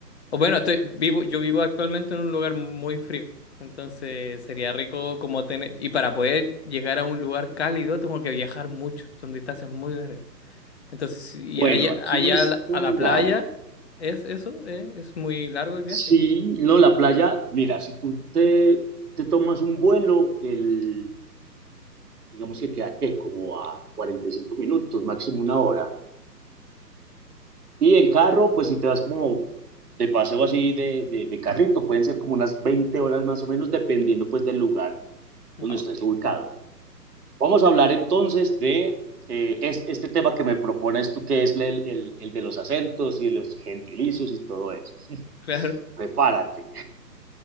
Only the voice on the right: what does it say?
Bueno,
aquí
no es
tan
largo.
Sí, no, la playa, mira, si tú te, te tomas un vuelo, el, digamos que queda que como a 45 minutos, máximo una hora. Y en carro, pues si te vas como de paseo así de, de, de carrito, pueden ser como unas 20 horas más o menos, dependiendo pues del lugar
donde estés ubicado. Vamos a hablar entonces de eh, es, este tema que me propones tú, que es el, el, el de los acentos y los gentilicios y todo eso. <laughs>
Prepárate.